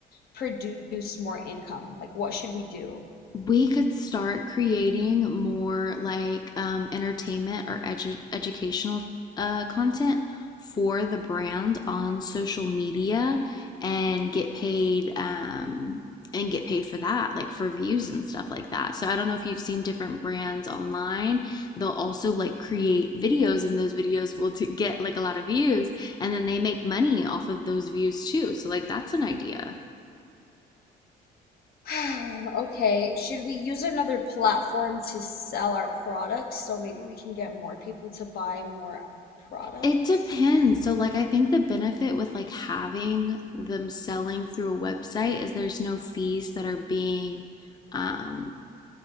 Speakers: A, on the left; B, on the left.
A: produce more income? Like, what should we do?
B: We could start creating more like um, entertainment or edu educational uh, content for the brand on social media and get paid um, and get paid for that, like for views and stuff like that. So I don't know if you've seen different brands online. They'll also like create videos, and those videos will t- get like a lot of views, and then they make money off of those views too. So like that's an idea.
A: <sighs> Okay, should we use another platform to sell our products so maybe we can get more people to buy more products?
B: It depends. So, like, I think the benefit with like having them selling through a website is there's no fees that are being um,